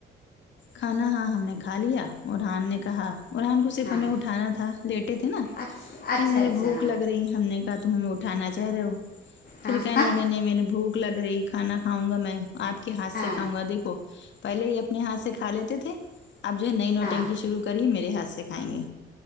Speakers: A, on the left (about 65°); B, on the left (about 50°).
A: کھانا ہاں ہم نے کھا لیا ارحان نے کہا ارحان کو صرف
B: ہاں
A: ہمیں اٹھایا تھا لیٹ تھے نا
B: اچھا
A: کل میرے
B: اچھا
A: بھوک لگ رہی ہم نے تم ہمیں اٹھانا چاہ رہے ہو پھر
B: ہاں
A: کہنے
B: ہاں
A: لگے نہیں مینے بھوک لگ رہی کھانا کھاؤں گا میں آپ کے ہاتھ سے
B: ہاں
A: کھاؤ گا دیکھو پہلے ہی اپنے ہاتھ سے کھا کھا لیتے تھے آپ جو نئی نوٹنکی
B: ہاں
A: شروع کری میرے ہاتھ سے کھائیں گے